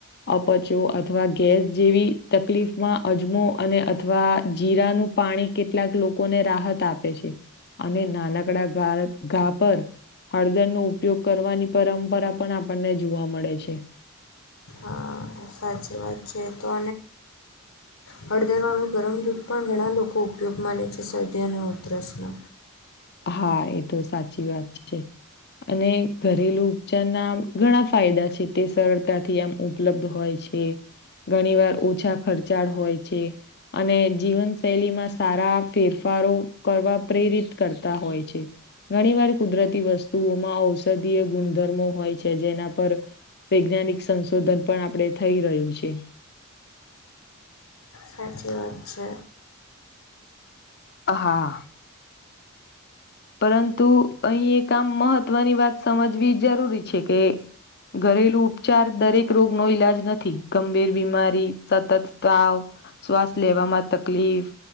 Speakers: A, on the left (about 50°); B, on the left (about 70°).
A: અપચ્યો અથવા ગેસ જેવી તકલીફમાં અજમો અને અથવા જીરાનું પાણી કેટલાક લોકોને રાહત આપે છે, અને નાનકડા ઘા પર હળદરનો ઉપયોગ કરવાની, પરંપરા પણ આપણને જોવા મળે છે.
B: <unintelligible> સાચી વાત છે તો.
A: <unintelligible>
B: હળદરવાળું ગરમ દૂધ પણ ઘણા લોકો ઉપયોગમા લે છે, શરદી અને ઉધરસનો
A: હા, એ તો સાચી વાત છે. અને ઘરેલુ ઉપચાર ના ઘણા ફાયદા છે, તે સરળતાથી આમ ઉપલબ્ધ હોય છે. ઘણી વાર ઓછા ખર્ચાળ હોય છે. અને જીવનશૈલીમાં સારા ફેરફારો કરવા પ્રેરિત કરતા હોય છે. ઘણી વાર કુદરતી વસ્તુઓમાં ઔષધીય ગુણધર્મો હોય છે, જેના પર વૈજ્ઞાનિક સંશોધન પણ આપણે થઈ રહ્યું છે.
B: સાચી વાત છે.
A: <unintelligible> પરંતુ અહીં એ આામ મહત્વની વાત સમજવી જરૂરી છે કે ઘરેલું ઉપચાર દરેક રોગ નો ઈલાજ નથી, ગંભીર બીમારી સતત તાવ શ્વાસ લેવામાં તકલીફ